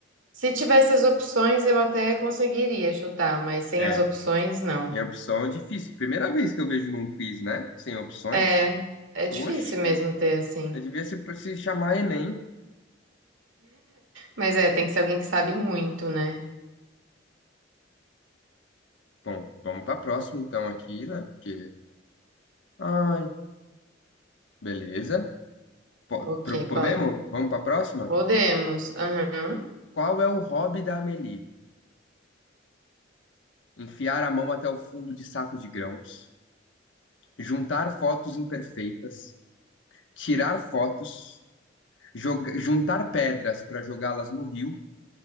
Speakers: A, on the right (about 85°); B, on the left (about 70°).
A: Se tivesse as opções, eu até conseguiria chutar, mas sem
B: É,
A: as opções, não.
B: tem opção é difícil. Primeira vez que eu vejo num quiz, né? Sem opções.
A: É, é
B: Poxa.
A: difícil mesmo ter assim.
B: Eu devia se, se chamar Enem.
A: Mas é, tem que ser alguém que sabe muito, né?
B: Bom, vamos para a próxima então aqui, né? Porque, ai, beleza. Po-
A: Ok,
B: pro- podemos?
A: bora.
B: Vamos para a próxima?
A: Podemos. Aham.
B: Qual é o hobby da Amélie? Enfiar a mão até o fundo de saco de grãos, juntar fotos imperfeitas, tirar fotos, joga- juntar pedras para jogá-las no rio